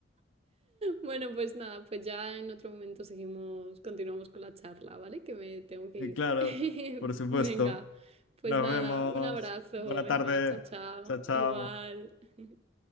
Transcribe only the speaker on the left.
Y
claro,
por supuesto.
Nos
vemos.
Buena
tarde.
Chao, chao.